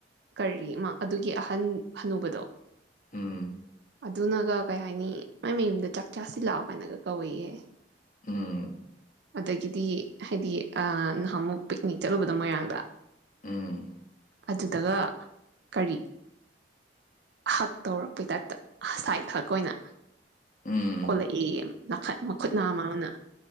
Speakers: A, on the right; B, on the left.
A: ꯀꯔꯤ ꯑꯗꯨꯒꯤ ꯑꯍꯟ ꯑꯅꯨꯕꯗꯣ
B: ꯎꯝ
A: ꯑꯗꯨꯅꯒ ꯀꯩ ꯍꯥꯏꯅꯤ ꯃꯥꯏ ꯃꯌꯨꯝꯗ ꯆꯥꯛ ꯆꯥꯁꯤꯜꯂꯛꯑꯣ ꯀꯥꯏꯅꯒ ꯀꯧꯏꯌꯦ
B: ꯎꯝ
A: ꯑꯗ ꯀꯗꯤ ꯍꯥꯏꯗꯤ ꯅꯍꯥꯟꯃꯨꯛ ꯄꯤꯛꯅꯤꯛ ꯆꯠꯂꯨꯕꯗꯣ ꯃꯣꯏꯔꯥꯡꯗ
B: ꯎꯝ
A: ꯑꯗꯨꯗꯒ ꯀꯔꯤ ꯍꯛ ꯇꯧꯔꯛꯄꯩ ꯇꯞꯇ ꯁꯥꯏꯠ ꯍꯛ ꯑꯣꯏꯅ
B: ꯎꯝ
A: ꯀꯣꯂꯛꯏ ꯅꯥꯠ ꯃꯈꯨꯠ ꯑꯃꯅ